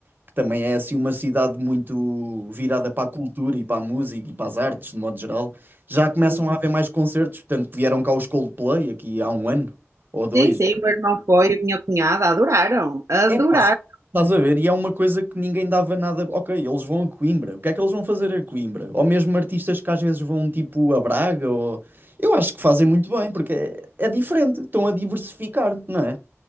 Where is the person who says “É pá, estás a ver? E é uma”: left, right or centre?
Right